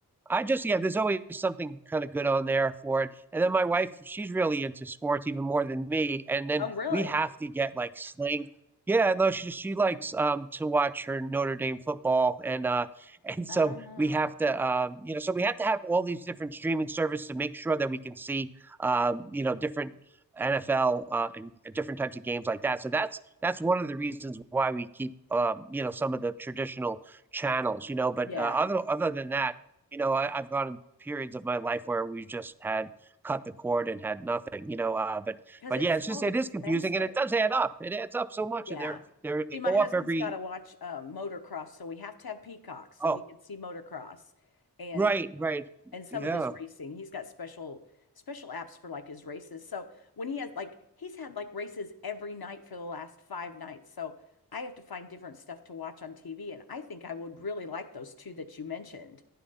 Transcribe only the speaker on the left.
Oh, really?
Oh,
yeah.
Because
it's
so
expensive.
Yeah.
See, my
husband's
got to watch uh, motocross, so we have to have Peacock so
he can see motocross. And
and some
of his racing. He's got special special apps for like his races. So when he has like he's had like races every night for the last five nights. So I have to find different stuff to watch on TV. And I think I would really like those two that you mentioned,